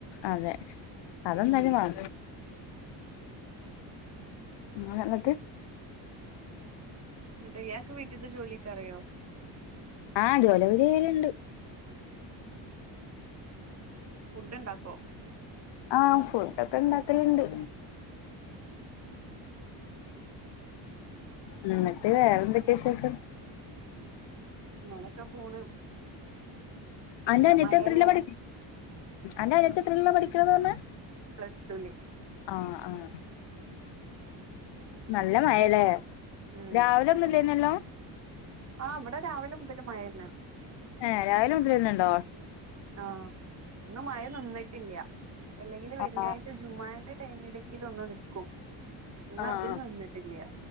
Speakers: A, on the left (about 70°); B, on the right (about 35°).
A: അതെ അതെന്തായാലും മാ ആഹ്ന്നിട്ട്
B: അഹ് ഇയാൾക്ക് വീട്ടിന്റെ ജോലിയൊക്ക് അറിയോ
A: ആഹ് ജോലപരിലുണ്ട്
B: ഫുഡ് ഉണ്ടാക്കോ
A: ആഹ് ഫുഡൊക്കെ ഉണ്ടാക്കലുണ്ട് ഉം മട്ടത എന്തൊക്കെയ വി ശേഷം
B: അങ്ങനൊക്കെ പോണ്
A: എന്റെറെ
B: നല്ല
A: അന്നത്തെ
B: മഴയല്ലേ
A: ത്രില് പഠ എന്റെറെ അത്തെ ത്രില്ല പഠിക്കണന്ന് പറഞ്ഞ
B: പ്ലസ് റ്റൂല്
A: ആഹ് ആഹ് നല്ല മഴല്ലേ
B: ഉം
A: രാവിലെ ഒന്നുംല്ലന്നല്ലോ
B: ആഹ് ഇവിടെ രാവിലെ മുതൽ മഴ തന്നെ
A: ഏഹ് രാവിലെ മുതിൽ വന്നണ്ടോ
B: ആഹ് ഒന്ന്മഴ നിന്നിട്ടില്ല അല്ലെങ്കില് വെള്ളിയാഴ്ച
A: ആഹ്
B: ജുമ്മാന്റെ ടൈമിലെങ്കിലും ഒന്ന് വിൽക്കും എന്നാ
A: ആഹ് ആഹ്
B: അതൊന്നും നിന്നിട്ടില്ല